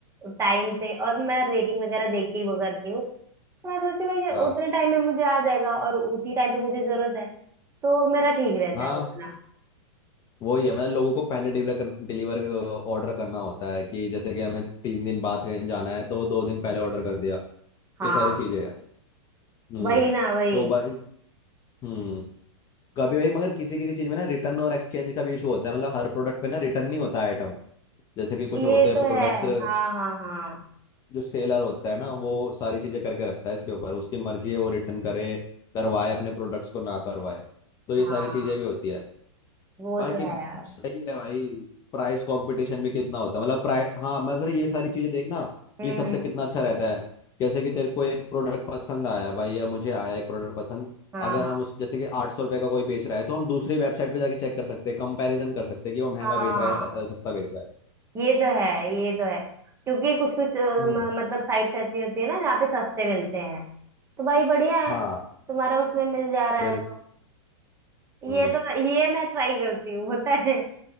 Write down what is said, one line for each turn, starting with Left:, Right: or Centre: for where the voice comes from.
Right: टाइम से और मैं रेटिंग वगैरह देख के ही वो करती हूँ तो मैं सोचती हूँ भाई कि
Left: हाँ
Right: उतने टाइम में मुझे आ जाएगा और उसी टाइम पे मुझे जरूरत है तो मेरा ठीक रहता
Left: हाँ
Right: है उतना
Left: वही है मतलब लोगों को पहले डिलीवर कर, डिलीवर ऑर्डर करना होता है कि जैसे कि हमें तीन दिन बाद ट्रेन जाना है तो दो दिन पहले ऑर्डर कर दिया
Right: हाँ
Left: ये सारी चीजें हैं हम्म
Right: वही ना वही
Left: तो भाई हम्म कभी भाई मगर किसी किसी चीज में ना रिटर्न और एक्सचेंज का भी इशू होता है मतलब हर प्रोडक्ट पे ना रिटर्न नहीं होता आइटम जैसे कि कुछ
Right: ये
Left: होते हैं
Right: तो
Left: प्रोडक्ट्स
Right: है हाँ हाँ हाँ
Left: जो सेलर होता है ना वो सारी चीजें करके रखता है इसके ऊपर उसकी मर्जी है वो रिटर्न करे करवाए अपने प्रोडक्ट्स को ना करवाए तो ये
Right: हाँ
Left: सारी चीजें भी होती है
Right: वो
Left: बाकी
Right: तो है यार
Left: सही है भाई प्राइस कंपटीशन भी कितना होता है मतलब प्राइस हाँ मगर ये सारी चीजें देखना
Right: हम्म
Left: ये सबसे
Right: हम्म,
Left: कितना अच्छा रहता है जैसे कि तेरे को एक प्रोडक्ट पसंद आया भाई या मुझे आया एक प्रोडक्ट पसंद
Right: हाँ
Left: अगर
Right: हाँ
Left: हम उसको जैसे कि आठ सौ रुपये का कोई बेच रहा है तो हम दूसरी वेबसाइट पे जाके चेक कर सकते हैं कंपैरिजन कर सकते हैं कि वो महंगा
Right: समझ रहे हो
Left: बेच रहा है
Right: हाँ
Left: स- अ, सस्ता बेच रहा है
Right: ये तो है ये तो है क्योंकि कुछ कुछ अ,
Left: हम्म
Right: म- मतलब साइट्स ऐसी होती है ना जहाँ पे सस्ते मिलते हैं तो भाई बढ़िया है
Left: हाँ
Right: तुम्हारा उसमें मिल जा रहा
Left: बिल
Right: है तो
Left: हम्म
Right: ये तो ये मैं ट्राई करती हूँ पता है